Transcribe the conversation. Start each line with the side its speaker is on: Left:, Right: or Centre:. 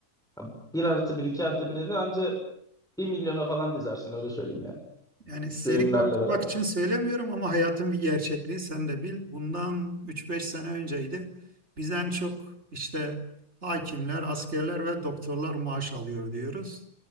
Centre: Ha, Bir artı bir, iki artı bir evi anca bir milyona falan dizersin öyle söyleyeyim yani.
Right: Yani seni
Centre: Düğünlerle
Right: korkutmak
Centre: beraber.
Right: için söylemiyorum ama hayatın bir gerçekliği sen de bil. Bundan üç beş sene önceydi. Biz en çok işte hakimler, askerler ve doktorlar maaş alıyor diyoruz.